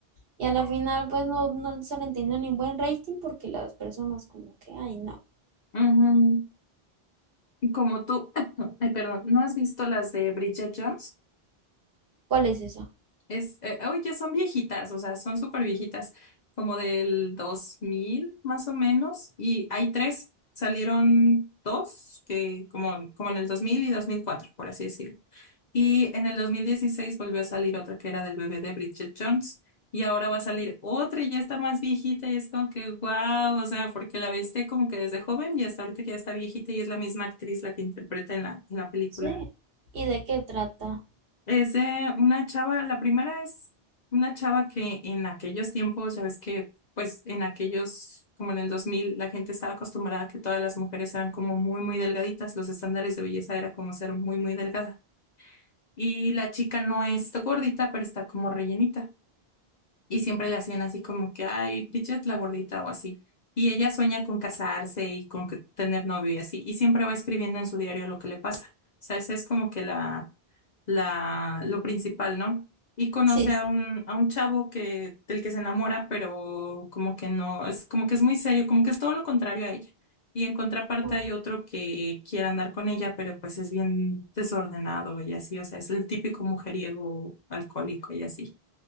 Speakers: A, on the right; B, on the left.
A: y a la final pues no, no se le entendió ni buen rating porque las personas como que, ay, no,
B: Ujú. Y Como tú, <coughs> <clears throat> ay, perdón, ¿no has visto las de Bridget Jones?
A: ¿cuál es eso?
B: Es, eh, hoy ya son viejitas, o sea, son súper viejitas, como del 2000 más o menos, y hay tres, salieron dos, que como, como en el 2000 y 2004 por así decirlo. Y en el 2016 volvió a salir otra que era del bebé de Bridget Jones, y ahora va a salir otra y ya está más viejita, y es como que, wow, o sea, porque la viste como que desde joven y hasta ahorita que ya está viejita y es la misma actriz la que interpreta en la, en la película.
A: Sí, ¿y de qué trata?
B: Es de una chava, la primera es una chava que en aquellos tiempos, ya ves que, pues en aquellos, como en el 2000 la gente estaba acostumbrada a que todas las mujeres eran como muy, muy delgaditas, los estándares de belleza era como ser muy, muy delgada. Y la chica no es gordita, pero está como rellenita. Y siempre le hacían así como que, ay, Bridget la gordita o así. Y ella sueña con casarse y con que- tener novio y así. Y siempre va escribiendo en su diario lo que le pasa. O sea, esa es como que la la, lo principal, ¿no? Y conoce
A: Sí, sí.
B: a un, a un chavo que, del que se enamora, pero como que no, es como que es muy serio, como que es todo lo contrario a ella. Y en contraparte
A: Ah,
B: hay otro que quiere andar con ella, pero pues es bien desordenado y así, o sea, es el típico mujeriego alcohólico y así.